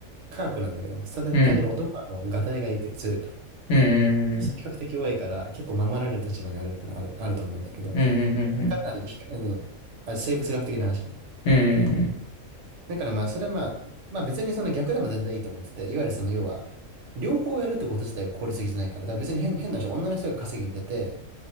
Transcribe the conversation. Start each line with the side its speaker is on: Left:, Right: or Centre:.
Right: 科学なんだけども、単純に単純に男はもう、
Left: うん
Right: ガタイがいいって強いと。
Left: うん
Right: 比較的弱いから、結構守られる立場にあるってのはある、あると思うんだけど、
Left: うんうんうん
Right: かなり比較あのあ生物学的な話ね。
Left: うんうん
Right: だからまあ、それはまあ、まあ別にその逆でも全然いいと思ってて、いわゆるその要は、両方やるってこと自体が効率的じゃないから、だから別に変、変な人、女の人が稼ぎに出て、